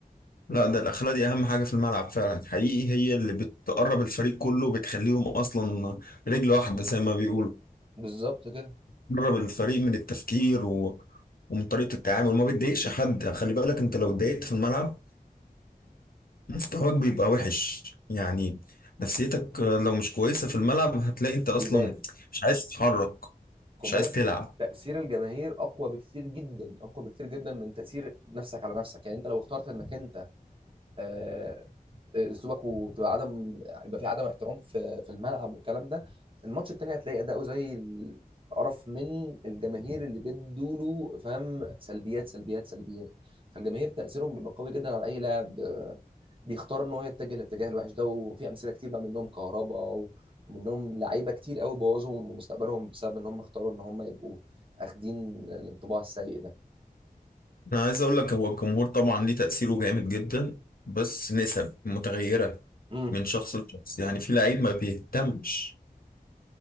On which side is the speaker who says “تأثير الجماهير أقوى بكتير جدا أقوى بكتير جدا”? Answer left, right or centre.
Right